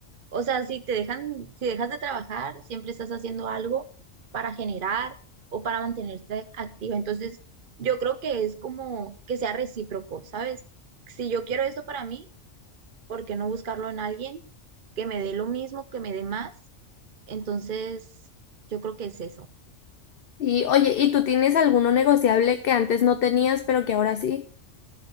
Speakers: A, on the right (about 50°); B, on the left (about 50°).
A: O sea, si te dejan, si dejas de trabajar, siempre estás haciendo algo para generar o para mantenerte activa. Entonces, yo creo que es como que sea recíproco, ¿sabes? Si yo quiero esto para mí, ¿por qué no buscarlo en alguien que me dé lo mismo, que me dé más? Entonces, yo creo que es eso.
B: Y oye, ¿y tú tienes alguno negociable que antes no tenías, pero que ahora sí?